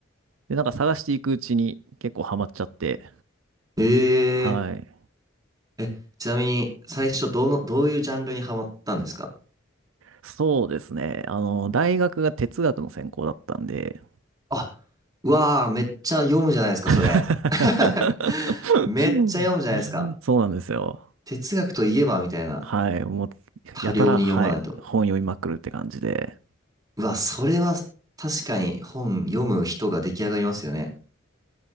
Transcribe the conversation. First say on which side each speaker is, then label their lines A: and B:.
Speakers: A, on the right; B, on the right.
A: で、なんか探していくうちに結構ハマっちゃって、
B: え
A: はい。
B: ええ、ちなみに、最初、どの、どういうジャンルにハマったんですか
A: そうですね。あの、大学が哲学の専攻だったんで、
B: あ、うわあ、めっちゃ読むじゃないですか、それ。
A: <laughs>
B: <laughs> めっちゃ読むじゃないですか。
A: そうなんですよ。
B: 哲学といえば、みたいな。
A: はい。もう、
B: 多量に読まないと。
A: やたら、はい。本読みまくるって感じで。
B: うわ、それは確かに本読む人が出来上がりますよね。